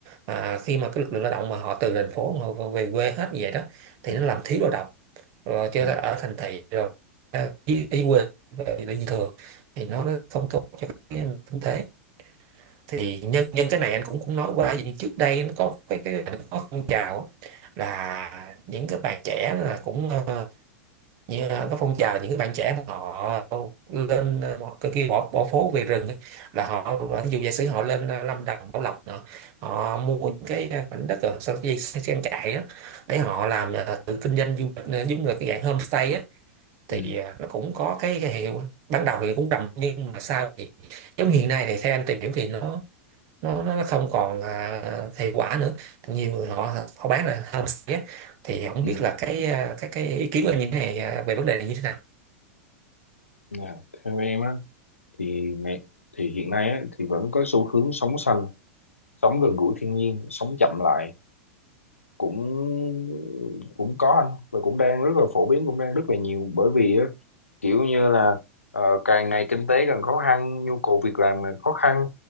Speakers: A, on the right; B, on the left.
A: à, khi mà cái lực lượng lao động mà họ từ thành phố mà họ về quê hết như vậy đó thì
B: Ừ.
A: nó làm thiếu lao động rồi chứ
B: Ừ.
A: ở thành thị rồi à, đi, đi quê về đi thừa thì nó không tốt cho cái kinh tế thì nhân nhân cái này anh cũng cũng nói qua vì trước đây nó có cái cái nó có phong trào là những cái bạn trẻ là cũng ờ, như là có phong trào những cái bạn trẻ mà họ lên ờ, họ- cái kia bỏ bỏ phố về rừng á, là họ ờ, ví dụ giả sử họ lên ờ, Lâm Đồng Bảo Lộc nọ họ mua những cái ờ, mảnh đất ở sau cái dây trang trại á để họ làm ờ, tự kinh doanh du lịch ờ, giống như là cái dạng homestay á thì
B: Ừ.
A: ờ, nó cũng có cái, cái hiệu ban đầu thì cũng rầm nhưng mà sau thì giống hiện nay thì theo anh tìm hiểu thì nó nó nó nó không còn à, hiệu quả nữa nhiều người họ họ bán là homestay á. thì không
B: Ừ.
A: biết là cái à, cái cái ý kiến của anh như thế này à, về vấn đề này như thế nào
B: Dạ. theo em á thì ngày thì hiện nay á, thì vẫn có xu hướng sống xanh sống gần gũi thiên nhiên sống chậm lại cũng cũng có anh và cũng đang rất là phổ biến cũng đang rất là nhiều bởi vì á, kiểu như là ờ, càng ngày kinh tế càng khó khăn nhu cầu việc làm càng khó khăn